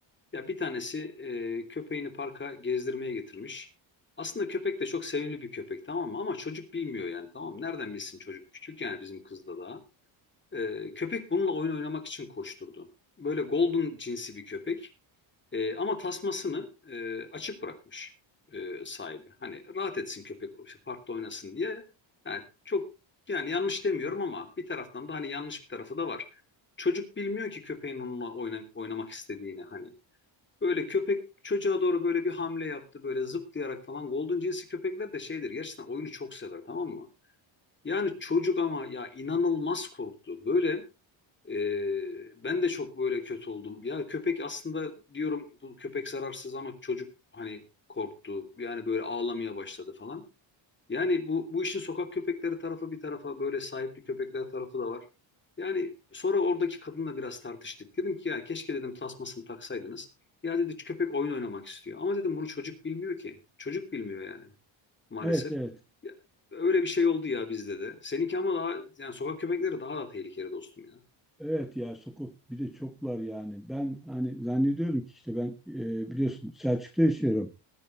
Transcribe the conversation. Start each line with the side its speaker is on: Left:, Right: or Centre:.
Left: Ya bir tanesi e, köpeğini parka gezdirmeye getirmiş. Aslında köpek de çok sevimli bir köpek tamam mı? Ama çocuk bilmiyor yani tamam mı? Nereden bilsin çocuk? Küçük yani bizim kızda daha. E, köpek bununla oyun oynamak için koşturdu. Böyle golden cinsi bir köpek. E, ama tasmasını e, açık bırakmış e, sahibi. Hani rahat etsin köpek işte parkta oynasın diye. Yani çok yani yanlış demiyorum ama bir taraftan da hani yanlış bir tarafı da var. Çocuk bilmiyor ki köpeğin onunla oyna- oynamak istediğini hani. Böyle köpek çocuğa doğru böyle bir hamle yaptı böyle zıplayarak falan. Golden cinsi köpekler de şeydir gerçekten oyunu çok sever tamam mı? Yani çocuk ama ya inanılmaz korktu. Böyle ee, ben de çok böyle kötü oldum. Ya köpek aslında diyorum bu köpek zararsız ama çocuk hani korktu. Yani böyle ağlamaya başladı falan. Yani bu bu işin sokak köpekleri tarafı bir tarafa böyle sahipli köpekler tarafı da var. Yani sonra oradaki kadınla biraz tartıştık. Dedim ki ya keşke dedim tasmasını taksaydınız. Ya dedi köpek oyun oynamak istiyor. Ama dedim bunu çocuk bilmiyor ki. Çocuk bilmiyor yani maalesef.
Centre: Evet evet.
Left: Ya, öyle bir şey oldu ya bizde de. Seninki ama daha yani sokak köpekleri daha da tehlikeli dostum ya.
Centre: Evet ya sokak bir de çoklar yani. Ben hani zannediyorum ki işte ben e, biliyorsun Selçuk'ta yaşıyorum.